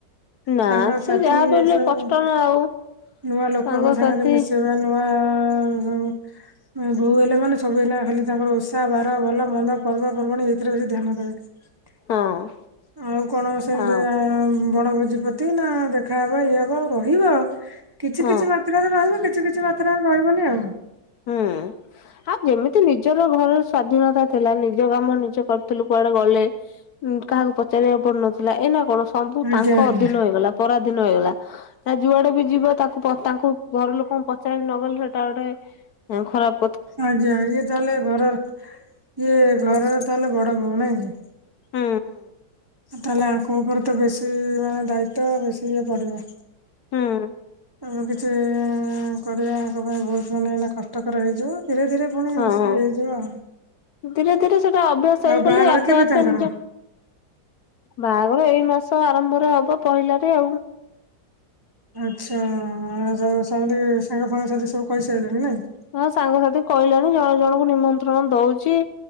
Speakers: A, on the left (about 65°); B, on the right (about 20°).
A: ନା
B: ସାଙ୍ଗସାଥି
A: ସେ ଯାହା ବି
B: ଏସବୁ
A: ହେଲେ କଷ୍ଟ ନା ଆଉ
B: ନୂଆ ଲୋକଙ୍କ
A: ସାଙ୍ଗସାଥି
B: ସାଙ୍ଗରେ ମିଶେଇବା ନୂଆ ଆ ଆ ହଉ ହଉ ବହୁ ହେଲେ ମାନେ ସବୁ ଏନା ଖାଲି ତାଙ୍କର ଓଷା ବାର ଆଉ ଭଲ ମନ୍ଦ ପର୍ବପର୍ବାଣୀ ଏଇଥିରେ ବେଶ ଧ୍ୟାନ ଦେବେ
A: ହଁ
B: ଆଉ କଣ ସେମିତି
A: ଆଉ
B: ଆ ବଣ ଭୋଜିପ୍ରତି ନା ଦେଖାହବା ଇଏ ହବା ଆଉ ରହିବ ଆଉ କିଛି
A: ହଁ
B: କିଛି ମାତ୍ରରେ ରହିବ କିଛି କିଛି ମାତ୍ରାରେ ରହିବନି ଆ
A: ହୁଁ ଆଉ ଯେମିତି ନିଜର ଘରର ସ୍ଵାଧୀନତା ଥିଲା ନିଜ କାମ ନିଜେ କରିଥିଲୁ କୁଆଡେ ଗଲେ? ଉଁ କାହାକୁ ପଚାରିବାକୁ ପଡୁନଥିଲା ଏ ନା କଣ ସବୁ
B: ଆଜ୍ଞା
A: ତାଙ୍କ
B: ଆଜ୍ଞା
A: ଅଧୀନ ହେଇଗଲା ପରାଧୀନ ହେଇଗଲା। ଯା ଯୁଆଡେ ବି ଯିବ ତାକୁ ତାଙ୍କୁ ଘର ଲୋକଙ୍କୁ ପଚାରି ନଗଲେ ସେଟା ଗୋଟେ ଉଁ ଖରାପ୍
B: ଆଜ୍ଞା ଇଏ ତାହେଲେ ଘର ଇଏ ଘରର ତାହେଲେ ବଡ ବହୁ ନାଇଁ କି?
A: ହୁଁ ହୁଁ
B: ତାହେଲେ ଆଙ୍କ ଉପରେ ତ ବେଶୀ ମାନେ ଦାୟିତ ବେଶୀ ଇଏ ପଡିବ।
A: ହୁଁ।
B: ଆମେ କିଛି ଇଁ ଈ କରିବା ତାଙ୍କ ପାଇଁ ବହୁତ ମାନେ ଏନେ କଷ୍ଟକର ହେଇଯିବ ଧୀରେ ଧୀରେ ପୁଣି
A: ହଁ
B: ଇ ଏ
A: ହଁ
B: ହେଇଯିବ ଆଉ
A: ଧୀରେ ଧୀରେ ସେଟା ଅଭ୍ୟାସ ହେଇଗଲେ
B: ଆଉ ବାହାଘର
A: ଆପେ
B: କେବେ
A: ଆପେ
B: ତାଙ୍କର?
A: ନିଜ ବାହାଘର ଏଇ ମାସ ଆରମ୍ଭରେ ହବ ପହିଲାରେ ଆଉ
B: ଆଚ୍ଛା ସମୁଦୀ ସାଙ୍ଗ ଫାଙ୍ଗ ସାଥି ସବୁ କହିସାରିଲେଣି ନାଇଁ
A: ହଁ ସାଙ୍ଗସାଥି କହିଲାଣି ଜଣ ଜଣଙ୍କୁ ନିମନ୍ତ୍ରଣ ଦଉଛି